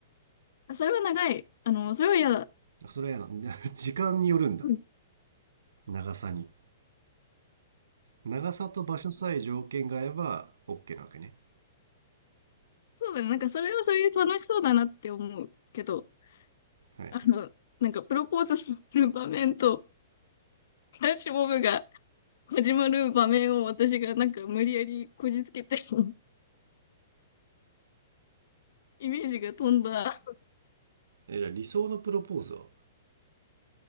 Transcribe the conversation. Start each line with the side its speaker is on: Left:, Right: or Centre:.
Left: それは長い。あの、それは嫌だ。
Right: ん。それはやな <laughs>。時間によるんだ。
Left: うん
Right: 長さに。長さと場所さえ条件が合えば OK なわけね。
Left: そうだね。なんかそれはそれで楽しそうだなって思うけど、
Right: はいはい。
Left: あの、なんかプロポーズする場面と、フラッシュモブが始まる場面を私がなんか無理やりこじつけて <laughs> イメージが飛んだ。
Right: え、じゃあ理想のプロポーズは